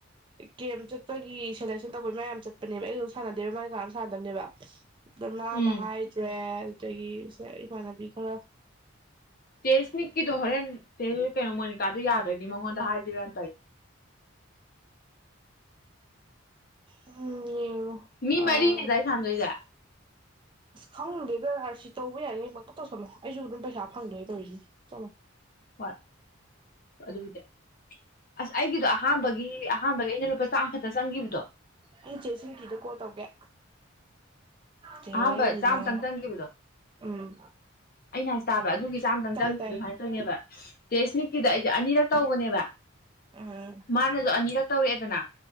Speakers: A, on the right; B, on the left.
A: ꯒꯦꯝ ꯆꯠꯄꯒꯤ ꯁꯦꯂꯦꯛꯁꯟ ꯇꯧꯕꯒꯤ ꯃꯌꯥꯝ ꯌꯥꯝ ꯆꯠꯄꯅꯦꯕ ꯑꯩ ꯑꯗꯨꯝ ꯁꯥꯟꯅꯗꯦꯕ ꯃꯥꯒꯤ ꯀꯅꯥꯝ ꯁꯥꯟꯅꯗꯕꯅꯦꯕ ꯑꯗꯨꯃꯥ
B: ꯎꯝ
A: ꯃꯍꯥꯏ ꯇꯨꯔꯦꯜ ꯑꯗꯒꯤ ꯏꯃꯥꯟꯅꯕꯤ ꯈꯔ
B: ꯆꯦ ꯏꯁꯅꯤꯛꯀꯤꯗꯣ ꯍꯣꯔꯦꯟ ꯆꯦ ꯀꯩꯅꯣ ꯃꯣꯅꯤꯀꯥꯗꯨꯣ ꯌꯥꯗꯣꯏꯅꯤ ꯃꯉꯣꯟꯗ ꯍꯥꯏꯈꯤꯕꯔꯅ ꯇꯧꯋꯏ
A: ꯎꯝ
B: ꯃꯤ
A: ꯑꯥ
B: ꯃꯔꯤꯅꯦꯗꯥꯏ ꯁꯥꯟꯗꯣꯏꯁꯦ
A: ꯐꯪꯗꯦꯗ ꯑꯥꯔ ꯁꯤ ꯇꯧꯕ ꯌꯥꯔꯤꯉꯩꯃꯛꯇꯪ ꯇꯧꯁꯜꯂꯣ ꯑꯩꯁꯨ ꯑꯗꯨꯝ ꯄꯩꯁꯥ ꯐꯪꯗꯣꯏ ꯇꯧꯔꯤꯁꯤꯅꯦ ꯆꯝꯃꯣ
B: ꯋꯥꯠ ꯑꯗꯨꯕꯨꯗꯤ ꯑꯁ ꯑꯩꯒꯤꯗꯣ ꯑꯍꯥꯥꯟꯕꯒꯤ ꯑꯍꯥꯟꯕꯒ ꯏꯩꯅ ꯂꯨꯄꯥ ꯆꯥꯡ ꯑ ꯆꯪꯈꯤꯕꯗꯣ
A: ꯑꯩ ꯆꯦꯁꯤ ꯀꯤꯗ ꯀꯣ ꯇꯧꯒꯦ ꯆꯦ
B: ꯑꯍꯝꯕ
A: ꯂꯤꯅ
B: ꯆꯥꯝꯇꯪ ꯆꯪꯈꯤꯕꯗꯣ
A: ꯎꯝ
B: ꯑꯩꯅ ꯍꯥꯏ ꯇꯥꯕ ꯑꯗꯨꯒꯤꯁꯨ ꯆꯥꯝꯗꯪꯝꯈꯤꯕꯗꯨ
A: ꯇꯥꯏ ꯇꯥꯏ
B: ꯁꯃꯥꯏꯅ ꯇꯧꯅꯦꯕ ꯖꯦꯁꯃꯤꯀꯤꯗ ꯑꯩꯁꯦ ꯑꯅꯤꯔꯛ ꯇꯧꯕꯅꯦꯕ
A: ꯎꯝ
B: ꯃꯥꯅ ꯑꯗꯨ ꯑꯅꯤꯔꯛ ꯇꯧꯔꯛꯑꯦꯗꯅ